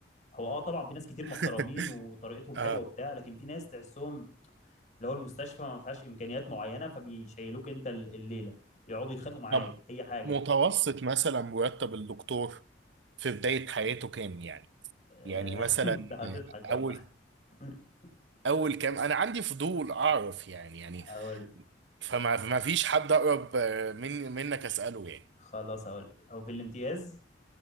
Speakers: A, on the left; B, on the right.
A: هو اه طبعا في ناس كتير محترمين
B: <laughs>
A: وطريقتهم
B: اه
A: حلوه وبتاع لكن في ناس تحسهم اللي هو المستشفى ما فيهاش امكانيات معينه فبيشيلوك انت ال- الليله يقعدوا يتخانقوا معاك
B: طب
A: اي حاجه
B: متوسط مثلا مرتب الدكتور في بداية حياته كام يعني
A: آه،
B: يعني
A: <laughs>
B: مثلا
A: انت هتضحك والله
B: اول
A: <laughs>
B: اول كام انا عندي فضول اعرف يعني يعني
A: هقول
B: فما ما فيش حد اقرب آه، من منك اساله يعني
A: خلاص هقول لك هو في الامتياز